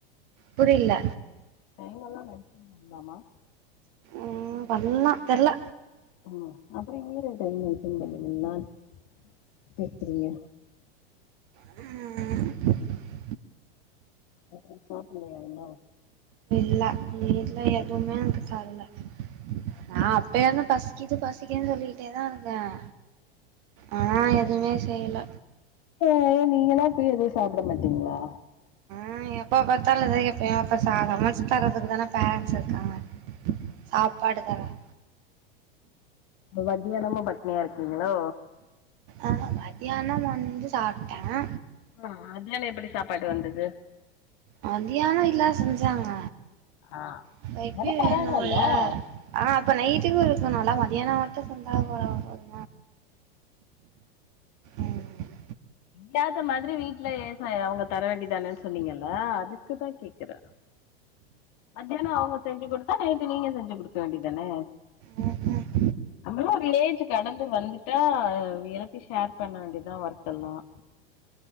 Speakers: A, on the right; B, on the left.
A: புரியல
B: டைமெல்லாம் மென்ஷன் பண்ணலாமா
A: ம் பண்ணலாம் தெர்ல
B: ம் அப்புறம் எங்க டைம் மென்ஷன் <unintelligible> கேக்குறீங்க
A: ம்
B: அப்புறம் சாப்பள்ளையா இன்னும்
A: இல்ல எங்க வீட்டுல எதுவுமே எனக்கு தரல நான் அப்பயருந்து பசிக்கிது பசிக்கிதுன்னு சொல்லிகிட்டே தான் இருந்தேன் ஆனா எதுவுமே செய்யல
B: ஏ நீங்கன்லாம் போய் எழுந்து சாப்பிட மாட்டீங்களா
A: ம் எப்ப பார்த்தாலும் அதான் கேப்பேன் அப்ப சமைச்சு தரதுக்கு தானே பேரண்ட்ஸ் இருக்காங்க சாப்பாடு தரேன்
B: மத்தியானமும் பட்டினியா இருக்கீங்களோ
A: ஆகா மதியானம் வந்து சாப்பிட்டேன்
B: ம்ம் மதியானம் எப்படி சாப்பாட்டு வந்தது
A: மதியானம்ல்லா செஞ்சாங்க
B: ஆ
A: அப்ப இப்பையும்
B: அதா தராங்கல்ல
A: வேணும்ல ஆ அப்ப நைட்டுக்கும் இருக்கனும்ல மதியானம் மட்டும் சொஞ்சா போதா <unintelligible> ம்
B: கேட்ட மாதிரி வீட்டுல அவுங்க தர வேண்டிதானேன்னு சொன்னீங்கல்ல அதுக்குதான் கே கல மதியானம் அவுங்க செஞ்சு கொடுத்தா நை ட்டு நீங்க செஞ்சு கொடுக்க வேண்டியதானே
A: ம்ஹூம்
B: நம்மளும் ஒரு ஏஜ் கடந்து வந்துட்டா எல்லாத்தியு ஷேர் பண்ண வேண்டிதான் ஒர் க்கெல்லாம்